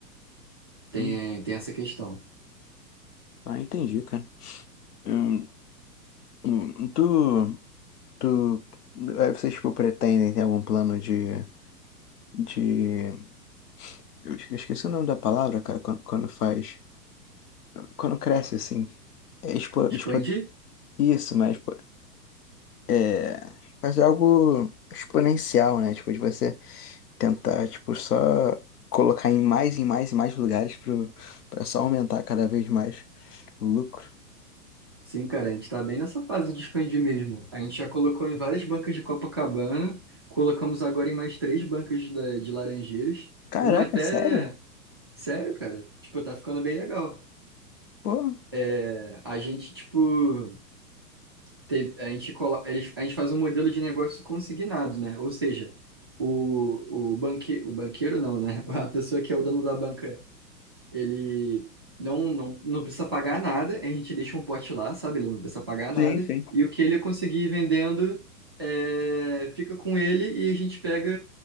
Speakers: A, on the right; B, on the left.
A: tem,
B: Hum,
A: é, tem essa questão.
B: ah, entendi, cara. Hum, hum, tu, tu, é, vocês, tipo, pretendem ter algum plano de, de, eu esque- esqueci o nome da palavra, cara, quando, quando faz quando cresce, assim. É expo,
A: Expandir?
B: expo, isso, mas expo- é, mas é algo exponencial, né? Tipo, de você tentar, tipo, só colocar em mais e mais e mais lugares pro, pra só aumentar cada vez mais o lucro.
A: Sim, cara, a gente tá bem nessa fase de expandir mesmo. A gente já colocou em várias bancas de Copacabana, colocamos agora em mais três bancas da- de Laranjeiras,
B: Caraca,
A: uma até.
B: sério?
A: Sério, cara, tipo, tá ficando bem legal.
B: Pô,
A: É, a gente, tipo, teve, a gente, colo... eles- a gente faz um modelo de negócio consignado, né? Ou seja, o, o, banque... o banqueiro não, né? <laughs> A pessoa que é o dono da banca Ele não, não, não precisa pagar nada, a gente deixa um pote lá, sabe? Ele não precisa pagar nada.
B: Sim, sim.
A: E o que ele conseguir vendendo é, fica com ele e a gente pega.